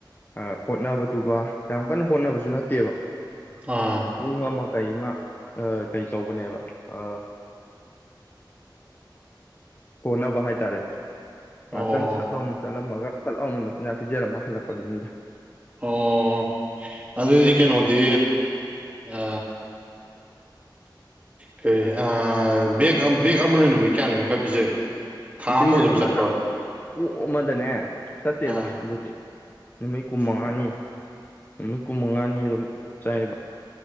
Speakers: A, on the left; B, on the right.
A: ꯑ ꯍꯣꯠꯅꯕꯗꯨꯒ ꯌꯥꯝ ꯀꯟꯅ ꯍꯣꯠꯅꯕꯁꯨ ꯅꯠꯇꯦꯕ
B: ꯑꯥ
A: ꯄꯨꯡ ꯑꯃ ꯀꯩꯃ ꯑ ꯀꯩꯇꯧꯕꯅꯦꯕ ꯑ ꯀꯣꯟꯅꯕ ꯍꯥꯏꯇꯥꯔꯦ ꯉꯥꯛꯇꯪ
B: ꯑꯣ
A: ꯁꯠ ꯂꯥꯎꯅ ꯆꯠꯂꯝꯃꯒ ꯁꯠ ꯂꯥꯎꯅ ꯃꯆꯤꯟꯖꯥꯛ ꯄꯤꯖꯔꯝꯃ ꯍꯜꯂꯛꯄꯗꯨꯅꯤꯗ
B: ꯑꯣ ꯑꯗꯨꯗꯤ ꯀꯩꯅꯣꯗꯤ ꯑ ꯀꯔꯤ ꯑ ꯕꯦꯛ ꯑꯝ ꯕꯦꯛ ꯑꯃꯅ ꯅꯨꯃꯤꯠ ꯀꯌꯥꯅꯤꯃꯨꯛꯀ ꯄꯤꯖꯒꯦ ꯊꯥ
A: ꯕꯦꯛ
B: ꯑꯃꯨꯛ ꯑꯗꯨꯝ
A: ꯑꯃꯅ
B: ꯆꯠꯄ꯭ꯔꯕ
A: ꯑꯣꯛ ꯑꯃꯗꯅꯦ ꯆꯠꯇꯦꯗ
B: ꯑꯥ
A: ꯑꯗꯨꯗꯤ ꯅꯨꯃꯤꯠ ꯀꯨꯟꯃꯉꯥꯅꯤ
B: ꯑꯣ
A: ꯅꯨꯃꯤꯠ ꯀꯨꯟ ꯃꯉꯥꯅꯤꯔꯣꯝ ꯆꯥꯏꯌꯦꯕ